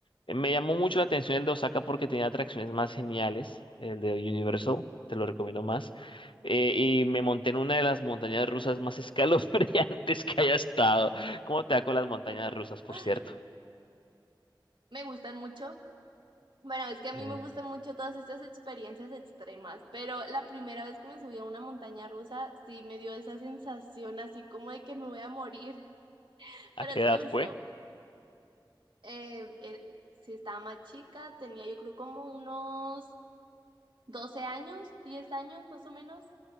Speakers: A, on the left; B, on the right.
A: Eh, Me llamó mucho la atención el de Osaka porque tenía atracciones más geniales, el de Universal, te lo recomiendo más eh, y me monté en una de las montañas rusas más <laughs> escalofriantes que haya estado. ¿Cómo te va con las montañas
B: <laughs>
A: rusas, por cierto?
B: Me gustan mucho. Bueno, es que a mí
A: Mm,
B: me gustan mucho todas estas experiencias extremas, pero la primera vez que me subí a una montaña rusa sí me dio esa sensación así como de que me voy a morir, <laughs>
A: ¿A
B: pero
A: qué
B: sí
A: edad
B: me gustó.
A: fue?
B: Eh, eh, sí estaba más chica, tenía yo creo como unos 12 años, 10 años más o menos.